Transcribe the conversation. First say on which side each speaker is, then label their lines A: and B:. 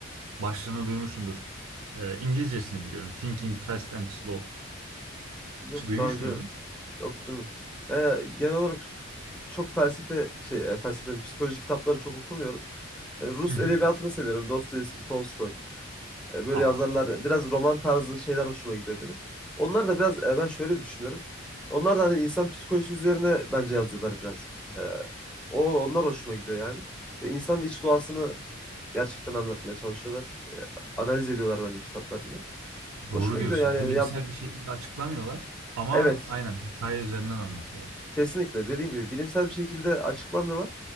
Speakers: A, on the right; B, in the centre.
A: başlığını duymuşsundur. E, İngilizcesini biliyorum. Thinking Fast and Slow.
B: Yok
A: Hiç duymuş
B: daha önce
A: muydun?
B: okudum mu? Ya genel olarak çok felsefe şey e, felsefe mi, psikoloji kitapları çok okumuyorum. Yani Rus
A: Hı hı.
B: edebiyatını seviyorum. Dostoyevski, Tolstoy. E, Böyle
A: Aa,
B: yazarlar biraz roman tarzı şeyler hoşuma gidiyor benim. Onlar da biraz e, ben şöyle düşünüyorum. Onlar da hani insan psikolojisi üzerine bence yazıyorlar biraz. E, o onlar hoşuma gidiyor yani. Ve insanın iç doğasını gerçekten anlatmaya çalışıyorlar. E, analiz ediyorlar bence kitaplarında.
A: doğru
B: Hoşuma
A: diyorsun.
B: gidiyor yani.
A: Bilimsel
B: Ya
A: bir şekilde açıklamıyorlar ama
B: evet
A: aynen hikaye üzerinden anlatıyorlar.
B: kesinlikle dediğin gibi bilimsel bir şekilde açıklamıyorlar.